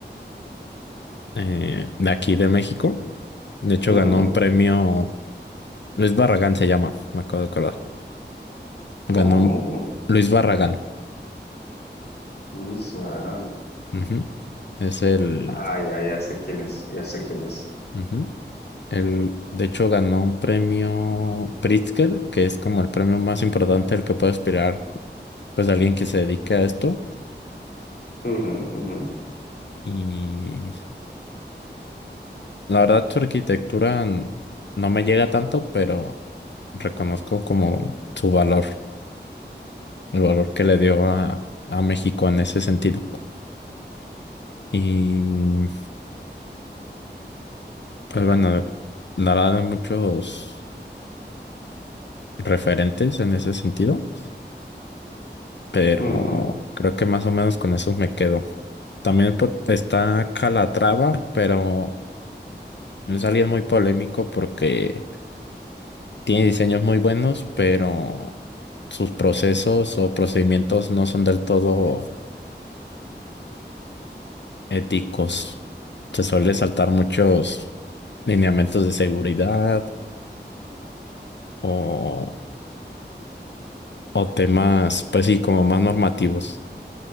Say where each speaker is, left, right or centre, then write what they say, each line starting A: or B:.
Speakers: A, on the left; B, on the left.
A: eh, de aquí de México. De hecho,
B: Ujú.
A: ganó un premio... Luis Barragán se llama, me acabo de acordar. Ganó
B: ¿Cómo, cómo, cómo?
A: Luis Barragán.
B: Luis Barragán.
A: Ujú. Es el...
B: Ah, ya, ya sé quién es, ya sé quién es.
A: ujú. Él, de hecho, ganó un premio Pritzker, que es como el premio más importante al que puede aspirar, pues, alguien que se dedique a esto.
B: Ujú, ujú,
A: Y la verdad, su arquitectura n- no me llega tanto, pero reconozco como su valor, el valor que le dio a, a México en ese sentido. Y, pues, bueno, dará de muchos referentes en ese sentido. pero
B: ujú,
A: creo que más o menos con esos me quedo. También por- está Calatrava, pero es alguien muy polémico porque tiene diseños muy buenos, pero sus procesos o procedimientos no son del todo éticos. Se suele saltar muchos lineamientos de seguridad o, o temas, pues sí, como más normativos.